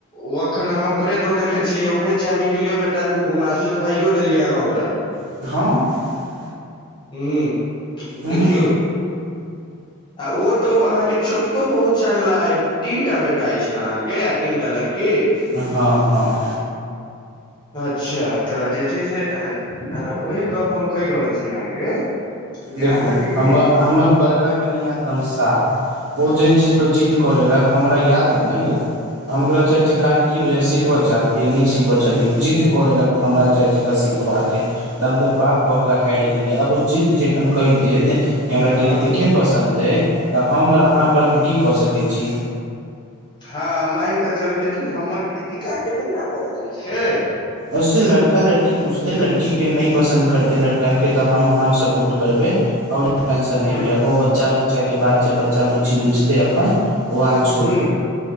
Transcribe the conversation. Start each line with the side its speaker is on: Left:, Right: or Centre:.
Left: ओ अखन अहाँ ओकरे दऽ देने छियै ओकरे चाहबी ले बेटा तू घुमा सिखबाइयो देलियै अहाँ ओकरा!
Right: हँऽ
Left: हुम्मऽ
Right: हूं
Left: देखियौ आ ओ तऽ ओअहाँके छोटको बहुत चांगला आइ तीन टा बेटा अछि ने अहाँके आ तीनटा लड़की?
Right: हँऽ हँ ऽ
Left: अच्छा तऽ जैय छैय ओइ गप हम कहे रहल छी अहाँके? जे
Right: देखू
Left: अहाँके मेन
Right: हमर हमर बड़का कनि हात तमशाह? ओ जे चीज पै जिद्द कलै लक हमरा याद ह न यौ हम ओकरा चैर
Left: हूं
Right: चक्का कि बुझायासिखबऽ? चाहलीए नैय सिख बऽ चलियै जीद कऽ लेलक हमरा चारि चक्का सिखबाक! त हम तऽ बाप
Left: हूं
Right: बक हारि गेलियै आब ओ जिद्द जखन कयल देत कि
Left: हूं
Right: हमरा कृतिके
Left: हँ
Right: पसन्द अय तऽ हम आओर
Left: हूं
Right: अहाँ ओकरा मे की कऽ सकैत छी?
Left: हँ मान कऽ चलू लेकिन हमर कृतिकाके नैय ना पसन्द छै?
Right: ओे लड़का लड़की बुझते लड़की के नैय पसन्द करते लड़का के तऽ हम हम सपोर्ट करबै? आओ टेंशन नैय
Left: ह
Right: लिअ ओ बच्चा बुच्चाक के बात छै बच्चा बुच्ची बुझते अपन, ओ अहाँ छोड़
Left: हूम